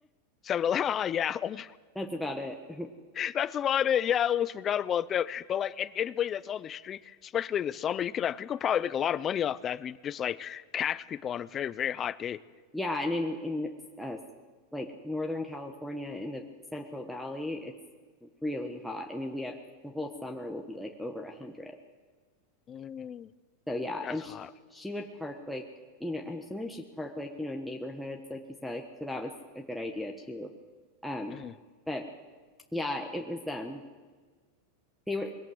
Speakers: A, on the left (about 30°); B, in the centre.
A: 7 <laughs> ah, yeah, oh,
B: <laughs> That's about it. <laughs>
A: <laughs> that's about it. Yeah, I almost forgot about that. But like, an- anybody that's on the street, especially in the summer, you can have, you could probably make a lot of money off that if you just like catch people on a very, very hot day.
B: yeah. And in, in uh, like Northern California in the Central Valley, it's really hot. I mean, we have the whole summer will be like over 100.
A: Mm,
B: So, yeah.
A: that's
B: And
A: hot.
B: sh- she would park like, you know, sometimes she'd park like, you know, in neighborhoods, like you said. Like, so that was a good idea too. Um,
A: Mm,
B: but yeah, it was um they were